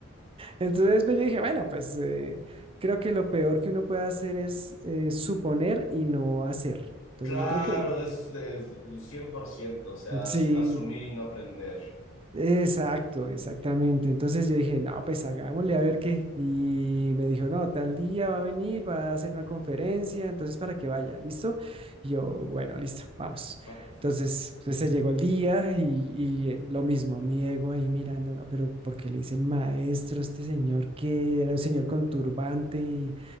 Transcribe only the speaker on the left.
Claro,
de esos de, de 100% o sea,
as- asumir y no aprender.
Ah, perfecto.